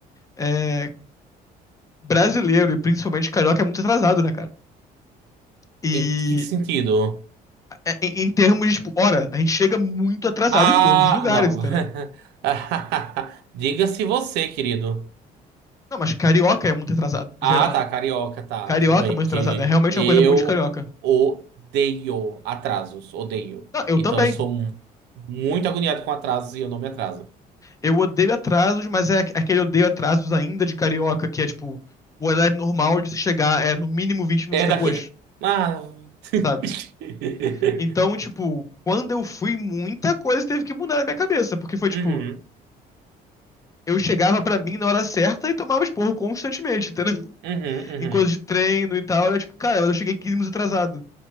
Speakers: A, on the left; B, on the right.
A: é brasileiro, e principalmente carioca, é muito atrasado, né, cara? E
B: Em que sentido?
A: é, em em termos de, tipo, hora, a gente chega muito atrasado
B: Ah,
A: em todos os lugares,
B: não.
A: entendeu?
B: <laughs> Diga-se você, querido.
A: Não, mas carioca é muito atrasado,
B: Ah,
A: no geral.
B: tá, carioca, tá,
A: Carioca
B: tudo bem,
A: é muito
B: porque
A: atrasado, é realmente
B: eu
A: uma coisa muito de carioca.
B: odeio atrasos, odeio.
A: Não, eu
B: Então
A: também.
B: eu sou mu- muito agoniado com atrasos e eu não me atraso.
A: Eu odeio atrasos, mas é aqu- é aquele odeio atrasos ainda de carioca, que é tipo, o horário normal de se chegar é no mínimo 20 minutos
B: É
A: depois,
B: daqui. Ah. <laughs>
A: sabe? Então, tipo, quando eu fui, muita coisa teve que mudar na minha cabeça, porque foi tipo,
B: Uhum,
A: eu chegava pra mim na hora certa e tomava esporro constantemente, entendeu?
B: uhum, uhum.
A: Em coisas de treino e tal, era tipo, cara, mas eu cheguei 15 minutos atrasado.